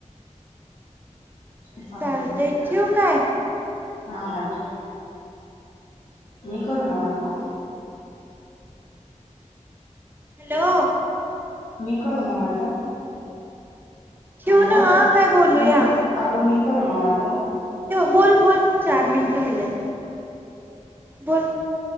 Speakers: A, on the left (about 80°); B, on the right (about 15°).
A: ह चालतंय
B: चालते
A: की
B: ठेवू काय
A: हा हा ठेव. मी करू नव आता
B: हॅलो
A: मी करू नव आता.
B: ठेवू
A: हॅलो
B: नव काय बोलूया?
A: मी अगं मी करू नव आता?
B: बोल बोल चार मिनट राहिल्यात. बोल